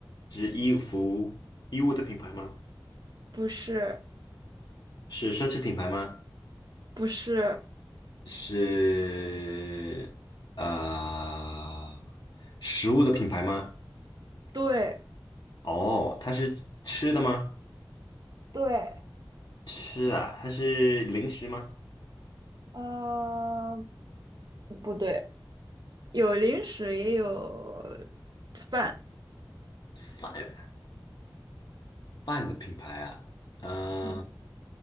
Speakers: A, on the left; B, on the right.
A: 是衣服衣物的品牌吗？
B: 不是，
A: 是奢侈品牌吗？
B: 不是，
A: 是呃食物的品牌吗？
B: 对，
A: 哦，它是吃的吗？
B: 对，
A: 吃啊，它是零食吗？
B: 呃，不对，有零食也有饭，
A: 饭饭的品牌啊，呃，
B: 嗯，